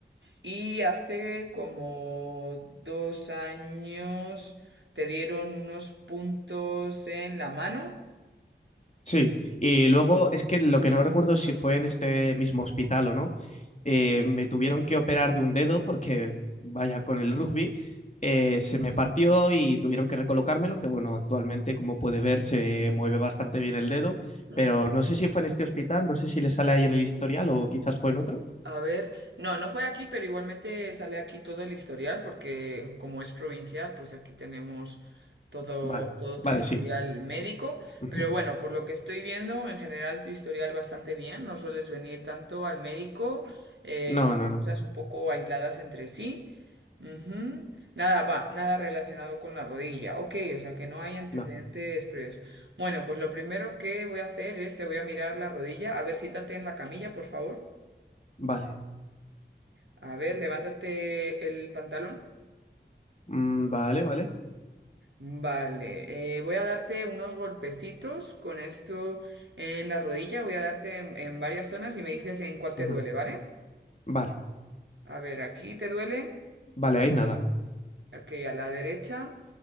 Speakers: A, on the right; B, on the left.
A: Y hace como dos años te dieron unos puntos en la mano.
B: Sí, y luego es que lo que no recuerdo es si fue en este mismo hospital o no, eh, me tuvieron que operar de un dedo porque, vaya, con el rugby eh, se me partió y tuvieron que recolocármelo, que bueno, actualmente como puede ver se mueve bastante bien el dedo,
A: Ujú.
B: pero no sé si fue en este hospital, no sé si le sale ahí en el historial o quizás fue en otro.
A: A ver, no, no fue aquí, pero igualmente sale aquí todo el historial, porque como es provincial, pues aquí tenemos todo,
B: Vale,
A: todo
B: vale,
A: tu historial
B: sí.
A: médico.
B: Ujú.
A: Pero bueno, por lo que estoy viendo, en general tu historial bastante bien, no sueles venir tanto al médico, eh,
B: No, no, no,
A: cosas un poco aisladas entre sí. Ujú. Nada, va, nada relacionado con la rodilla. Ok, o sea que no hay antecedentes
B: no.
A: previos. Bueno, pues lo primero que voy a hacer es te voy a mirar la rodilla. A ver, siéntate en la camilla, por favor.
B: Vale,
A: A ver, levántate el pantalón.
B: Mm, vale, vale.
A: Vale, eh, voy a darte unos golpecitos con esto en la rodilla, voy a darte en, en varias zonas y me dices en cuál te
B: Ujú.
A: duele, ¿vale?
B: Vale,
A: A ver, aquí te duele,
B: vale, ahí nada.
A: ok, a la derecha,